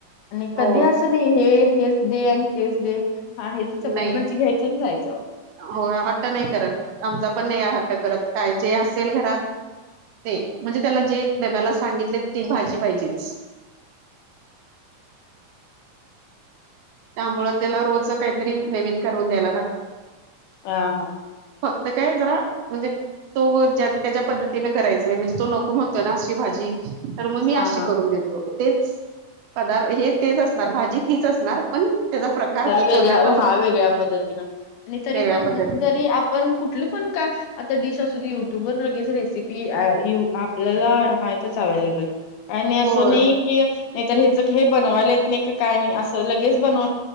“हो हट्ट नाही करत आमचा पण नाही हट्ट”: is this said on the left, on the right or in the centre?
Right